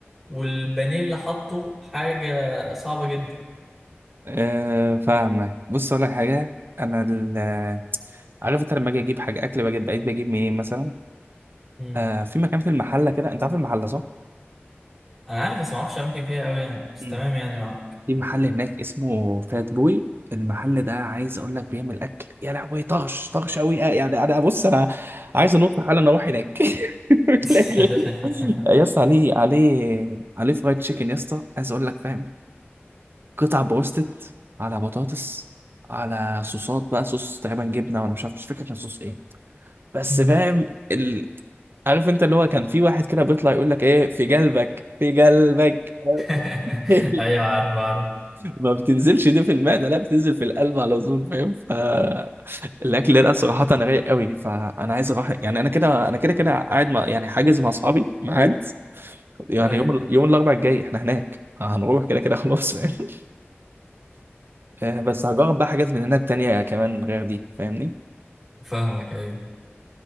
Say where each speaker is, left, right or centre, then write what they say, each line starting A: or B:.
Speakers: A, in the centre; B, on the right.
A: والبانيه اللي حطه حاجه صعبه جدا
B: أه فاهمك بص اقول لك حاجه انا ال- عارف انت لما اجي اجيب حاجه اكل بجد بقيت بجيب منين مثلا
A: مم.
B: أه في مكان في المحله كده انت عارف المحله صح
A: انا عارف بس ما اعرفش اماكن فيها قوي يعني بس
B: مم.
A: تمام يعني معاك
B: في محل هناك اسمه فات بوي المحل ده عايز اقول لك بيعمل اكل يا لهوي طغش طغش قوي آه، يعني انا بص انا عايز انط حالا اروح هناك <laughs> من
A: <laughs>
B: الآخر. يا اسطى عليه عليه عليه فرايد تشيكن يا اسطى عايز اقول لك فاهم قطع بروستد على بطاطس على صوصات بقى صوص تقريبا جبنه ولا مش عارف مش فاكر كان صوص ايه بس
A: مم.
B: فاهم ال... عارف انت اللي هو كان في واحد كده بيطلع يقول لك ايه في قلبك في قلبك
A: <laughs>
B: <laughs>
A: ايوه عارف عارف
B: ما بتنزلش دي في المعده لا بتنزل في القلب على طول فاهم فالاكل ده صراحه انا رايق قوي فانا عايز اروح يعني انا كده انا كده كده قاعد مع يعني حاجز مع اصحابي ميعاد يعني
A: ايوه
B: يوم ال- يوم الاربعاء الجاي احنا هناك هنروح كده كده خلاص فاهم <laughs> آه، بس هجرب بقى حاجات من هناك تانية كمان غير دي فاهمني
A: <laughs> فاهمك ايوه